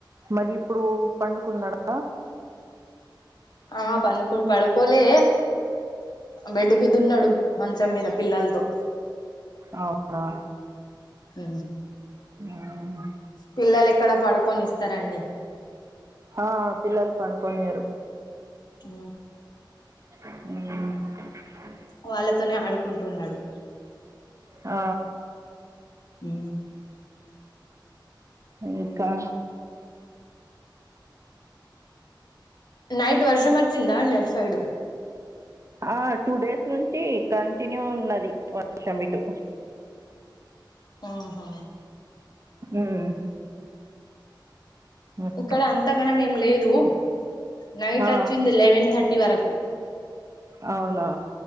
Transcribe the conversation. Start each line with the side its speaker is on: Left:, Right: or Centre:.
Right: మరి ఇప్పుడు పండుకున్నడా
Left: ఆ పనుకుం పడుకోలే బెడ్ మీద ఉన్నాడు మంచం మీద పిల్లలతో
Right: అవునా
Left: ఊ
Right: మ్మ్
Left: పిల్లలు ఎక్కడా పడుకొని ఇస్తారండి
Right: ఆ పిల్లలు పడుకొనియరు
Left: ఊ
Right: ఏ
Left: వాళ్ళతోనే ఆడుకుంటున్నాడు
Right: ఆ
Left: ఊ
Right: ఇంకా
Left: నైట్ వర్షం వచ్చిందా అండి అట్ సైడు
Right: ఆ టూ డేస్ నుంచి కంటిన్యూ ఉన్నది వర్షం ఇటు
Left: ఆహా
Right: మ్మ్ అట్లా
Left: ఇక్కడ అంతగనం ఏం లేదు నైట్
Right: ఆ
Left: వచ్చింది లెవెన్ థర్టీ వరకు
Right: అవునా